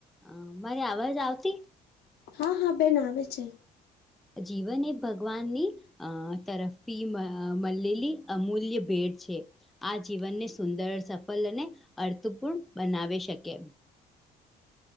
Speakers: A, in the centre; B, on the left.
A: અ મારે અવાજ આવતી?
B: હા હા બેન આવે છે.
A: જીવન એ ભગવાની અ તરફી મ મલેલી અમૂલ્ય ભેટ છે આ જીવને સુંદર સફળ અને અર્થપૂર્ણ બનાવે શકે એમ